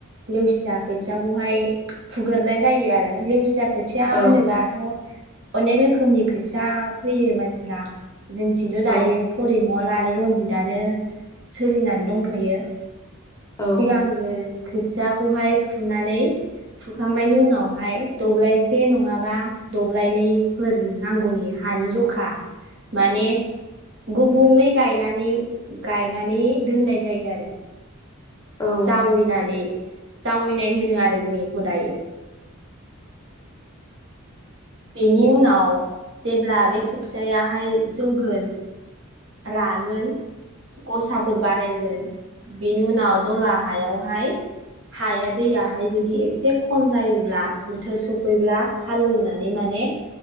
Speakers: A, on the right; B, on the left.
A: लेवसिया खोथियाखौहाय खुग्रनाय जायो आरो लेवसिया खोथिया
B: औ
A: होनोबाथ' अनेक रोखोमनि खोथिया फैयो मानसिफ्रा जों खिन्थु' दायो
B: औ
A: फरिम मल आरो रनजितआनो सोलिनानै दंथ'यो।
B: औ
A: सिगांगोर खोथियाखौहाय फुनानै फुखांनायनि उनावहाय दब्लायसे नङाबा दब्लायनैफोर नांगौनि हानि जखा माने गुबुंङै गायनानै गायनानै दोननाय जायो आरो
B: औ-औ-औ-औ
A: जावैनानै जावैनाय होनो आ जों बेखौ दायो। बेनि उनाव जेब्ला बे खोथियायाहाय जौगोन रागोन गसाफोर बारायगोन। बेनि उनाव दला हायावहाय हाया दैयाहाय जुदि एसे खम जायोब्ला बोथोर सफैब्ला हालौवनो नानै माने